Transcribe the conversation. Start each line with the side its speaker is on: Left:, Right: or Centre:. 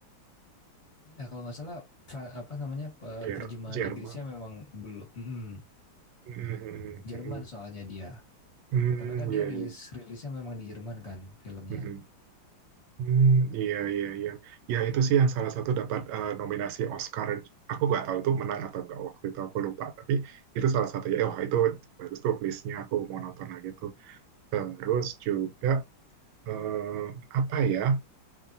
Left: Iya kalau nggak salah tra, apa namanya
Right: Jer-
Left: terjemahan
Right: Jerman.
Left: Inggrisnya memang belum mm,
Right: Mhm,
Left: Jerman
Right: mhm,
Left: soalnya dia.
Right: mhm.
Left: Karena kan
Right: Iya,
Left: dia rilis
Right: iya.
Left: rilisnya memang di Jerman kan filmnya.
Right: Mhm. Hmm, iya, iya, iya. Ya, itu sih yang salah satu dapat eh, nominasi Oscar. Aku nggak tahu itu menang atau nggak waktu itu, aku lupa. Tapi itu salah satu. Ya, oh, itu bagus tuh listnya, aku mau nonton lagi tuh. Terus juga, eh, apa ya?